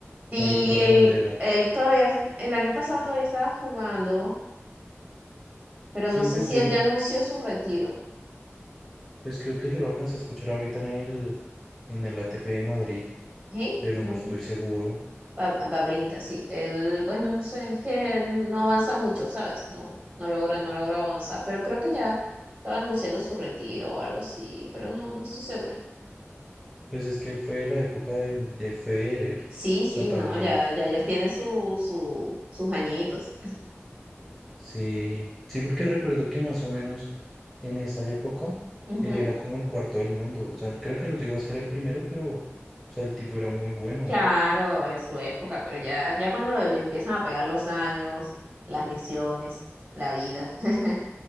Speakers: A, on the right; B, in the centre.
A: Sí,
B: No recuerdo
A: él,
B: dónde era.
A: él todavía, el año pasado todavía estaba jugando, pero
B: Sí,
A: no sé
B: pues
A: si
B: yo,
A: él
B: lo-
A: ya anunció su retiro.
B: pues creo que yo lo alcancé a escuchar ahorita en el, en el ATP de Madrid,
A: ¿Sí?
B: pero
A: Mm,
B: no estoy seguro.
A: Ba- Babrinka, sí. Él, bueno, no sé, es que él no avanza mucho, ¿sabes? No, no logra, no logra avanzar, pero creo que ya estaba anunciando su retiro o algo así, pero no, no estoy segura.
B: Pues es que él fue de la época de, de Federer, o
A: Sí, sí,
B: sea, también.
A: no, ya, ya ellos tienen su, su, sus añitos.
B: Sí, sí, porque recuerdo que más o menos en esa época
A: Ujú,
B: él era como el cuarto del mundo, o sea, creo que no llegó a ser el primero, pero, o sea, el tipo era muy bueno.
A: Claro, en su época, pero ya, ya cuando le empiezan a pegar los años, las lesiones, la vida, <laughs>